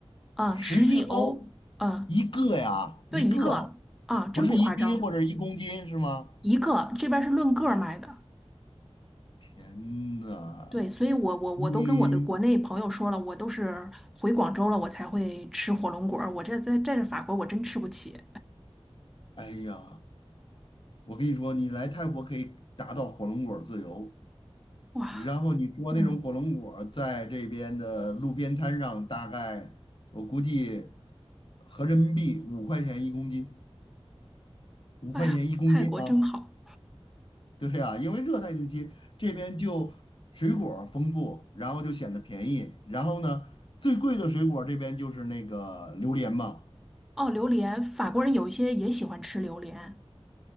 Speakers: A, in the centre; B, on the left.
A: 啊，
B: 十一欧
A: 十一欧，啊，
B: 一个呀，
A: 对一个，
B: 一个，
A: 啊，真不夸张。
B: 不是一斤或者一公斤是吗？
A: 一个，这边是论个儿卖的。
B: 天呐，
A: 对，所以我我我都跟我的国内朋友说了，
B: 你，
A: 我都是回广州了，我才会吃火龙果儿。我这在在这法国，我真吃不起。
B: 哎呀，我跟你说，你来泰国可以达到火龙果自由。
A: 哇，
B: 然后你说那种火龙果儿在这边的路边摊上，
A: 嗯，
B: 大概我估计合人民币五块钱一公斤，五块钱一公斤啊，
A: 哎呀，泰国真好。
B: 对呀，因为热带地区这边就水果儿丰富，然后就显得便宜。然后呢，最贵的水果儿这边就是那个榴莲嘛，
A: 哦，榴莲，法国人有一些也喜欢吃榴莲。